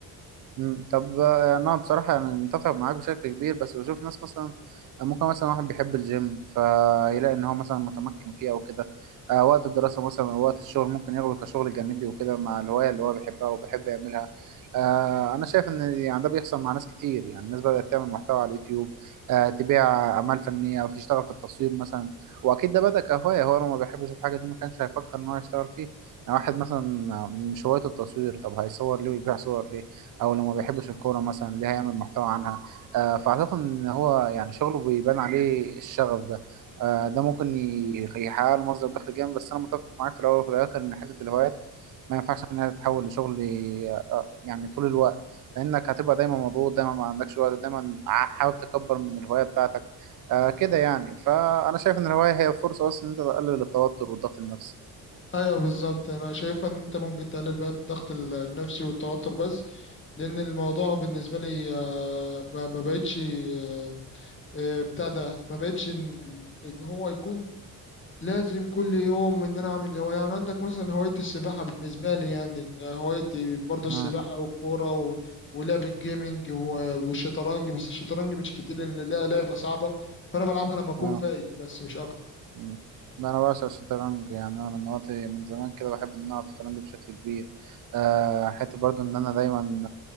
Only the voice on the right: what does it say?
مم. طب آه، انا بصراحه انا متفق معاك بشكل كبير بس بشوف ناس مثلا آه، ممكن مثلا واحد بيحب الجيم فيلاقي ان هو مثلا متمكن فيه او كده آه، وقت الدراسه مثلا او وقت الشغل ممكن ياخده كشغل جانبي وكده مع الهوايه اللي هو بيحبها وبيحب يعملها آه، انا شايف ان يعني ده بيحصل مع ناس كتير يعني الناس بدات تعمل محتوى على اليوتيوب آه، تبيع اعمال فنيه او تشتغل في التصوير مثلا واكيد ده بدا كهوايه هو لو ما بيحبش الحاجه دي ما كانش هيفكر ان هو يشتغل فيه يعني واحد مثلا مش هوايته التصوير طب هيصور ليه ويبيع صور ليه او لو ما بيحبش الكوره مثلا ليه هيعمل محتوى عنها آه، فاعتقد ان هو يعني شغله بيبان عليه الشغف ده آه، ده ممكن ي- يحقق له مصدر دخل جامد بس انا متفق معاك في الاول وفي الاخر ان حته الهوايات ما ينفعش انها تتحول لشغل آه، آه، يعني طول الوقت لانك هتبقى دايما مضغوط دايما ما عندكش وقت دايما ع- حاول تكبر من الهوايه بتاعتك آه، كده يعني فانا شايف ان الهوايه هي فرصه بس ان انت تقلل التوتر والضغط النفسي
آه،
آه.
مم. لا انا بعشق الشطرنج يعني انا من وقت من زمان كده بحب ان انا العب شطرنج بشكل كبير أه حتى برضو ان انا دايما